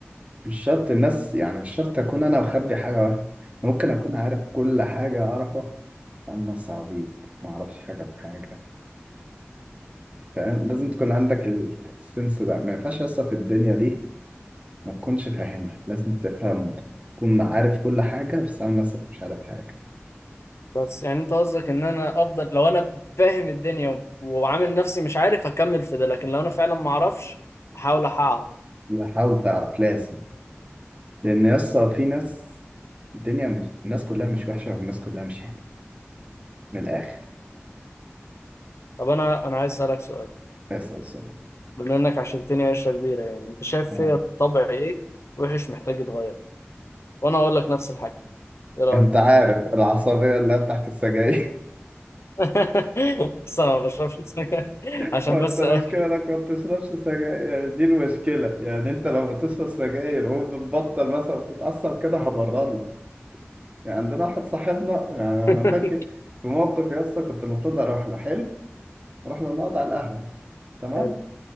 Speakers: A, on the right; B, on the left.
A: مش شرط الناس يعني مش شرط أكون أنا مخبي حاجة واحدة ممكن أكون عارف كل حاجة أعرفها عن نفسي عبيط ما أعرفش حاجة في حاجة فاهم لازم تكون عندك ال- السنس ده ما ينفعش أصلا في الدنيا دي ما تكونش فاهمها لازم تفهم تكون عارف كل حاجة بس عن نفسك مش عارف حاجة
B: بس يعني انت قصدك ان انا افضل لو انا فاهم الدنيا وعامل نفسي مش عارف اكمل في ده لكن لو انا فعلا ما اعرفش احاول اعرف
A: لا، حاول تعرف لازم لأن أصلا في ناس الدنيا مش الناس كلها مش وحشة والناس كلها مش حلوة من الآخر
B: طب انا انا عايز اسالك سؤال
A: بس بس
B: بما انك عشرتني عشره كبيره يعني انت شايف
A: آه.
B: فيا طبع ايه وحش محتاج يتغير وانا اقول لك نفس الحاجه ايه رايك
A: انت عارف العصبية اللي هي بتاعت السجاير
B: <laughs> بس انا ما بشربش سجاير
A: <laughs>
B: عشان
A: هو
B: بس
A: انت المشكلة
B: أ-
A: انك ما بتشربش سجاير يعني دي المشكلة يعني انت لو بتشرب سجاير وبتبطل مثلا بتتعصب كده هبرر لك يعني عندنا واحد صاحبنا يعني
B: <laughs>
A: انا فاكر في موقف يا اسطى كنت المفروض اروح له حلو اروح له نقعد على القهوة تمام
B: حلو